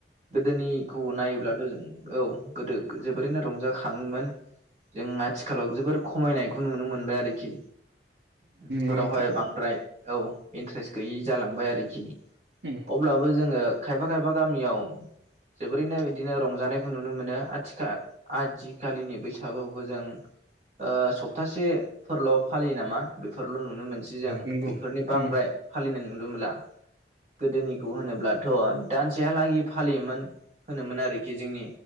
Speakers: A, on the right; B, on the right.
A: गोदोनिखौ नायोब्लाथ' जों औ गोदो जोबोरैनो रंजाखाङोमोन। जों आथिखालाव जोबोर खमायनायखौ नुनो मोनबाय आरोखि। बेफोरावहाय
B: नंगौ नोंथां
A: बांद्राय औ इन्ट्रेस गैयि जालांबाय आरोखि।
B: <inaudible>
A: अब्लाबो जोङो खायफा खायफा गामियाव जोबोरैनो बिदिनो रंजानायखौ नुनो मोनो आथिखा आजिखालिनि बैसागुखौ जों ओ सप्तासेफोरल' फालियो नामा बेफोरल' नुनो मोनसै जों
B: नंगौ नोंथां नंगौ उम नंगौ उम नंगौ नोंथां उम ओ नंगौ
A: बेफोरनि बांद्राय
B: उम
A: फालिनाय नुनो मोनला। गोदोनिखौ होनोब्लाथ' दानसेहालागि फालियोमोन होनोमोन आरोखि जोंनि